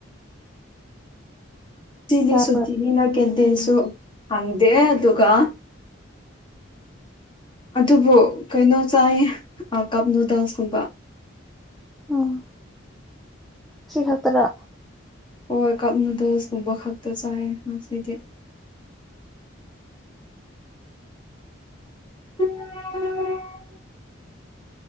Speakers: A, on the left; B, in the centre.
A: ꯉꯁꯤꯗꯤ
B: ꯇꯥꯕ꯭ꯔꯥ
A: ꯁꯨꯇꯤꯅꯤꯅ ꯀꯦꯟꯇꯦꯟꯁꯨ ꯍꯥꯡꯗꯦ ꯑꯗꯨꯒ ꯑꯗꯨꯕꯨ ꯀꯩꯅꯣ ꯆꯥꯏꯌꯦ ꯀꯞ ꯅꯨꯗꯜꯁꯀꯨꯝꯕ
B: ꯎꯝ ꯁꯤ ꯈꯠꯇꯔꯥ
A: ꯍꯣꯏ ꯀꯞ ꯅꯨꯗꯜꯁꯀꯨꯝꯕ ꯈꯛꯇ ꯆꯥꯏꯌꯦ ꯉꯁꯤꯗꯤ <inaudible>